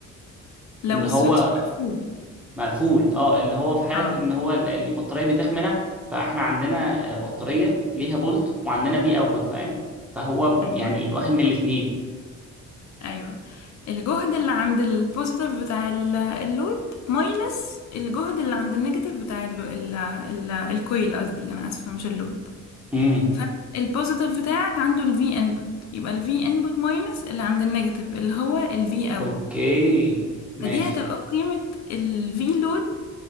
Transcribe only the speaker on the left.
لو
السويتش مقفول
اه
أيوه
أيوه الجهد اللي عند البوزيتيف بتاع ال- اللود ماينس الجهد اللي عند النيجاتيف بتاع ال ال ال الكويل قصدي أنا آسفة مش اللود
فالبوزيتيف بتاعك عنده الفي انبوت يبقى الفي انبوت ماينس اللي عند النيجاتيف اللي هو الفي اوت
فدي هتبقى قيمة الفي لود